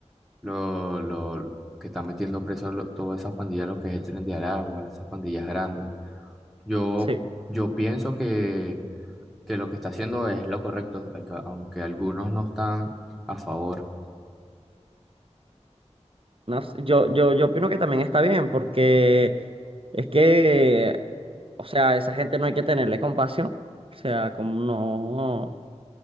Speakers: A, in the centre; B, on the right.
A: lo, lo que está metiendo preso lo- todas esas pandillas, lo que es el Tren de Aragua, esas pandillas grandes. Yo,
B: Sí.
A: yo pienso que, que lo que está haciendo es lo correcto, aunque aunque algunos no están a favor.
B: No sé, yo, yo, yo opino que también está bien, porque es que, o sea, a esa gente no hay que tenerle compasión. O sea, como no,